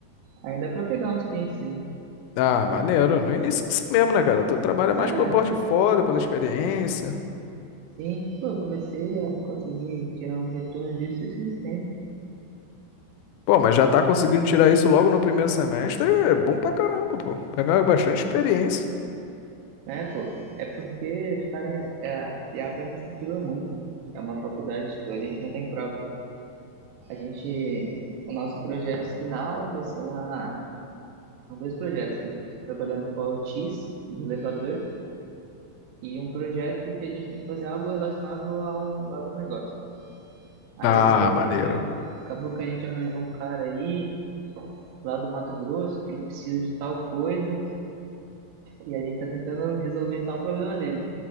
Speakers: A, on the right; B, on the left.
A: Aí dá para pegar uns clientezinhos.
B: Ah, maneiro. No início é assim mesmo, né, cara? Tu trabalha mais
A: É,
B: pelo portfólio, pela experiência.
A: sim. Pô, eu comecei a conseguir tirar um retorno disso esses tempos.
B: Pô, mas já tá conseguindo tirar isso logo no primeiro semestre, é bom pra caramba, pô. Pegar bastante experiência.
A: É, pô, é porque os caras, é, a FIAP ela incentiva muito, né? É uma faculdade, tipo, a gente não tem prova. A gente, o nosso projeto final vai ser uma São dois projetos, né? Eu estou trabalhando com a Otis, de elevador, e um projeto que a gente tem que fazer algo relacionado ao agronegócio. Aí
B: Ah,
A: acabou
B: maneiro.
A: que a gente, a- acabou que a gente arranjou um cara aí, lá do Mato Grosso, que ele precisa de tal coisa, e a gente está tentando resolver tal problema dele.